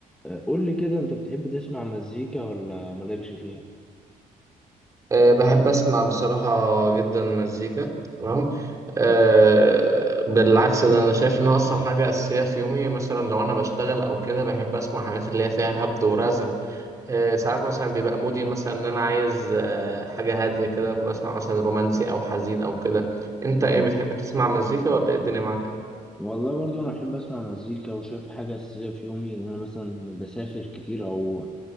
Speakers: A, in the centre; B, on the right (about 25°).
A: آه، قول لي كده انت بتحب تسمع مزيكا ولا مالكش فيها
B: أه بحب أسمع بصراحة جدا مزيكا تمام أه
A: مم.
B: بالعكس ده أنا شايف إنها أصلا حاجة أساسية في يومي مثلا لو أنا بشتغل أو كده بحب أسمع حاجات اللي هي فيها هبد ورزع أه ساعات مثلا بيبقى مودي مثلا إن أنا عايز أه حاجة هادية كده فبسمع مثلا رومانسي أو حزين أو كده أنت
A: مم.
B: إيه بتحب تسمع مزيكا ولا إيه الدنيا معاك؟
A: والله برضو انا بحب اسمع مزيكا وشايف حاجه اساسيه في يومي ان انا مثلا بسافر كتير او